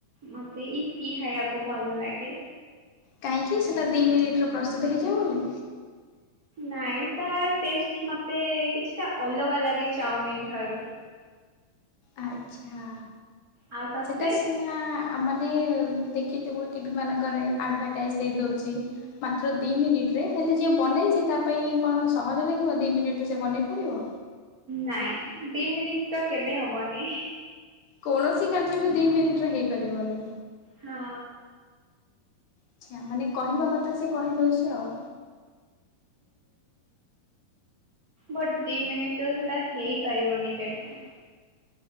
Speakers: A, on the right; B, on the left.
A: ମତେ ଇପି ଖାଇବାକୁ ଭଲ ଲାଗେ।
B: କାହିଁକି ସେଇଟା ଦି ମିନିଟ୍ ରେ ପ୍ରସ୍ତୁତ ହେଇଯିବ ବୋଲି।
A: ନାଇଁ ତାର ଟେଷ୍ଟ୍ ମତେ କିଛିଟା ଅଲଗା ଲାଗେ ଚାଉମିନ। ସାରୁ
B: ଆଚ୍ଛା।
A: ଆଉ ତତେ?
B: ସେଟା ସିନା ମାନେ ଦେଖିଥିବୁ ଟିଭି ମାନଙ୍କରେ ଆଡାଭାଟାଇସି ଦେଇଦଉଚି ମାତ୍ର ଦିଇ ମିନିଟ୍ ରେ ହେଲେ ଯିଏ ବନେଇଛି ତା ପାଇଁ କଣ ସହଜ ଲାଗି ବ ଦି ମିନିଟ୍ ରେ ସେ ବନେଇ ପାରିବ।
A: ନାଇଁ। ଦି ମିନିଟ୍ ତ କେବେ ହବନି।
B: କୌଣସି କାର୍ଯ୍ୟ ବି ଦି ମିନିଟ୍ ରେ ହେଇପାରିବନି।
A: ହଁ
B: ଆଚ୍ଛା ମାନେ କହିବା କଥା ସେ କହିଦଉଛି ଆଉ।
A: ବଟ୍ ଦି ମିନିଟ୍ ରେ ସେଟା ହେଇପାରିବନି କେବେ।